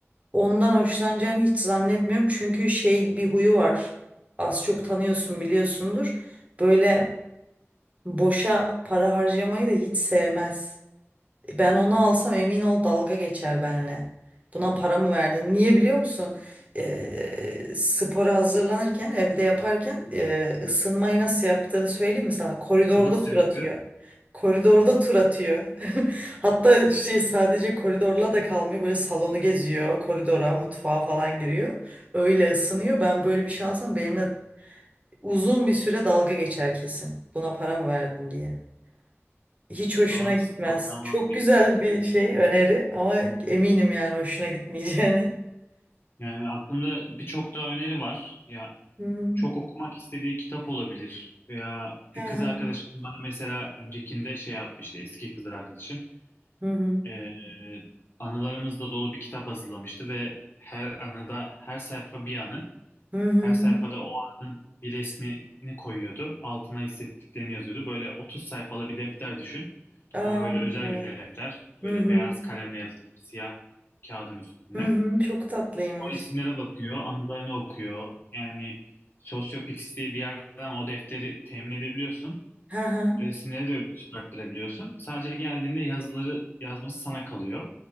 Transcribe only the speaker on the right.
ondan hoşlanacağını hiç zannetmiyorum. Çünkü şey bir huyu var. Az çok tanıyorsun biliyorsundur. Böyle boşa para harcamayı da hiç sevmez. Ben onu
alsam emin ol dalga geçer benle. Buna para mı verdin? Niye biliyor musun? Ee, spora hazırlanırken, evde yaparken e, ısınmayı nasıl yaptığını söyleyeyim mi sana? Koridorda
tur
atıyor. Koridorda tur atıyor. <laughs> Hatta şey sadece koridorla da kalmıyor. Böyle salonu geziyor. Koridora, mutfağa falan giriyor. Öyle ısınıyor. Ben böyle bir şey alsam benimle uzun bir süre dalga geçer kesin. Buna para mı verdin diye. Hiç
hoşuna
gitmez.
Çok
güzel bir şey öneri ama eminim yani hoşuna gitmeyeceğini.
Hı hı.
Hı
hı.
Hı hı.
Hı hı.
Aa,
evet.
Hı
hı.
Hı hı. Çok tatlıymış.
Hı hı.